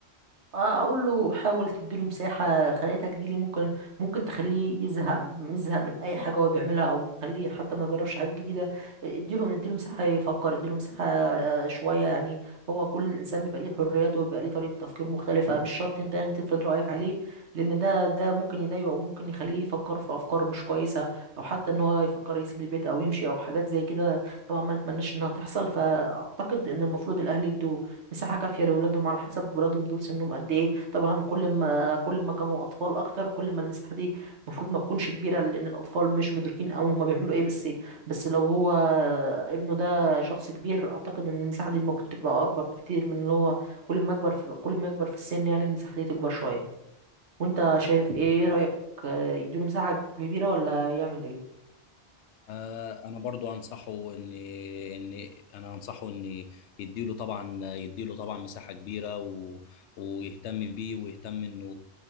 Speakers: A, on the right; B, on the left.
A: اه اقول له حاول تديله مساحه خناقتك دي ليه ممكن ممكن تخليه يزهق مزهق من اي حاجه هو بيعملها او بتخليه حتى ما يجربش حاجه جديده اديله اديله مساحه يفكر اديله مساحه آه، شويه يعني هو كل انسان بيبقى ليه حريته وبيبقى ليه طريقه تفكير مختلفه مش شرط انت يعني تفرض رايك عليه لان ده ده ممكن يضايقه او ممكن يخليه يفكر في افكار مش كويسه او حتى ان هو يفكر يسيب البيت او يمشي او حاجات زي كده طبعا ما نتمناش انها تحصل فاعتقد ان المفروض الاهل يدوا مساحة كافية لأولادهم على حسب ولادهم دول سنهم قد إيه طبعا كل ما كل ما كانوا أطفال أكتر كل ما المساحة دي المفروض ما تكونش كبيرة لأن الأطفال مش مدركين أوي هما بيعملوا إيه بس بس لو هو ابنه ده شخص كبير أعتقد إن المساحة دي المفروض تبقى أكبر بكتير من اللي هو كل ما يكبر في كل ما يكبر في السن يعني المساحة دي تكبر شوية وأنت شايف إيه إيه رأيك آه، يديله مساحة كبيرة ولا يعمل إيه؟
B: آه، انا برضو انصحه ان ان انا انصحه ان يديله طبعا يديله طبعا مساحه كبيره و... ويهتم بيه ويهتم انه